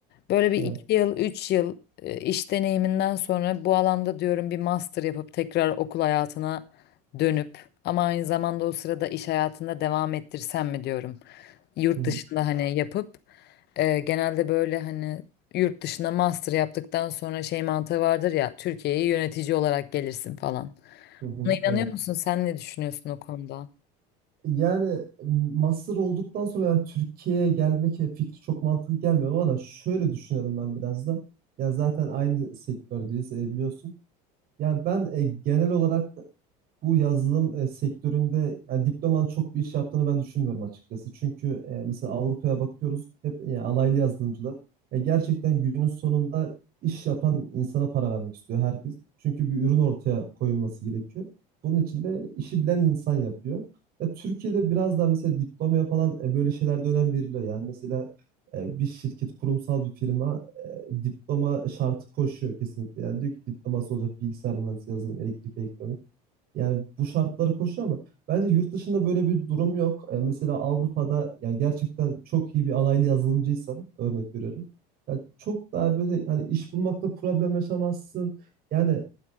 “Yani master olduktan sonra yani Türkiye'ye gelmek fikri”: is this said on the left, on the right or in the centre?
Right